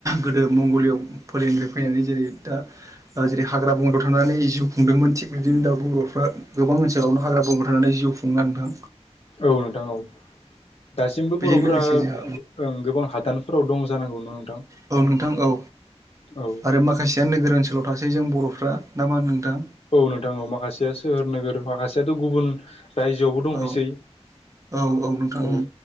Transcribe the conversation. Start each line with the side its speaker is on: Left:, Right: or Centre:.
Right: गोदो मंगलिय' फोलेरनिफ्राय फैनानै जेरै दा जेरै हाग्रा बंग्रायाव थानानै जिउ खुंदोंमोन थिग बिदिनो दा बर'फ्रा गोबां ओनसोलावनो हाग्रा बंग्रायाव थानानै जिउ खुं- दों
Left: औ नोंथां औ दासिमबो
Right: बेजों
Left: बर'फोरा
Right: लोगोसे जोंहा
Left: गोबां हादानफोराव दं जानांगौ ना नोंथां
Right: औ नोंथां औ
Left: औ
Right: आरो माखासेया नोगोर ओनसोलाव थासै जों बर'फ्रा ना मा होनो नोंथां
Left: औ नोंथां औ माखासेया सोहोर नोगोर माखासेयाथ' गुबुन रायजोआवबो दंहैसै
Right: औ-औ-औ नोंथां
Left: औ
Right: उम